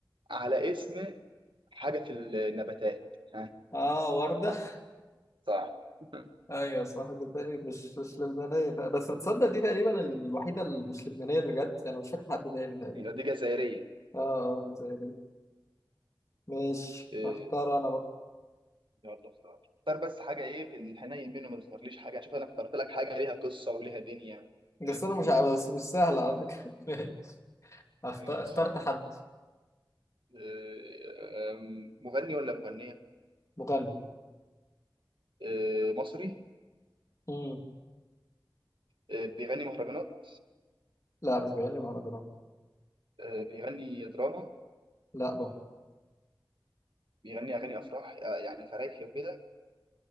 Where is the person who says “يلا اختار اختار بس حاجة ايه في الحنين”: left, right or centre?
Right